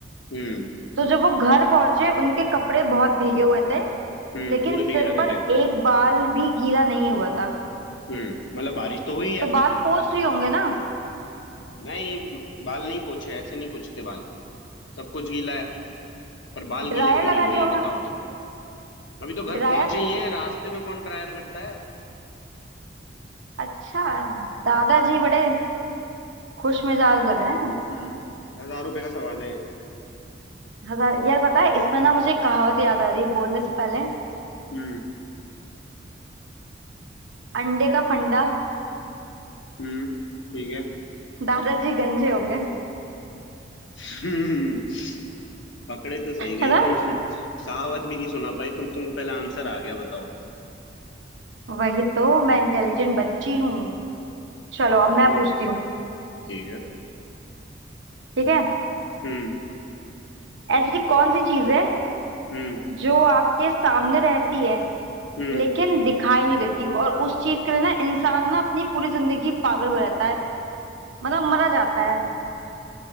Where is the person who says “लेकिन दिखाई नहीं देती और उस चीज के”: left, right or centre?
Right